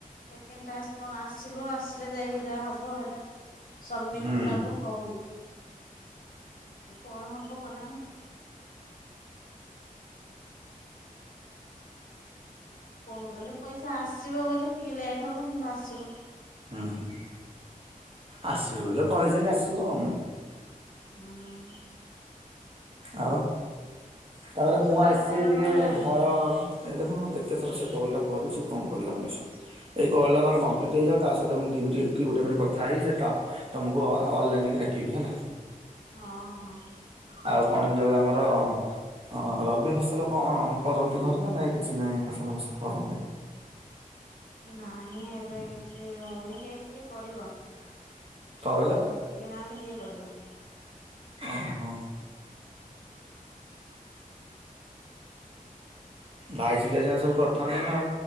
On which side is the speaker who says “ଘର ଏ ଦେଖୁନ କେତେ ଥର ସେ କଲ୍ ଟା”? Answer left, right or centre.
Right